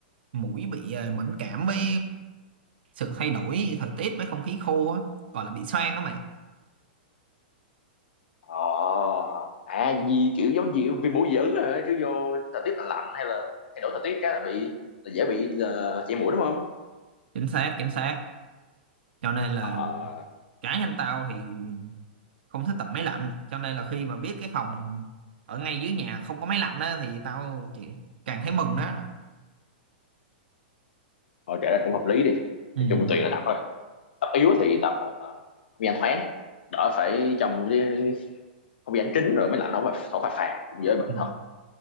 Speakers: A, on the right; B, on the left.
A: mũi bị ờ, mẫn cảm với sự thay đổi thời tiết với không khí khô á gọi là bị xoang á mày
B: ờ à gì kiểu giống gì vì mũi dị ứng hả cứ vô thời tiết lạnh lạnh hay là thay đổi thời tiết cái là bị là dễ bị là chảy mũi đúng không
A: chính xác chính xác cho nên là
B: ờ
A: cá nhân tao thì không thích tập máy lạnh cho nên là khi mà biết cái phòng ở ngay dưới nhà không có máy lạnh á thì tao chỉ càng thấy mừng đó
B: thôi kể ra cũng hợp lý đi
A: ừ.
B: nói chung tùy là tập thôi tập yếu thì tập ờ, ờ, không gian thoáng đỡ phải trong cái không gian kín rồi mới lạnh không phải thổi phà phà cũng dễ bệnh
A: ừ.
B: thật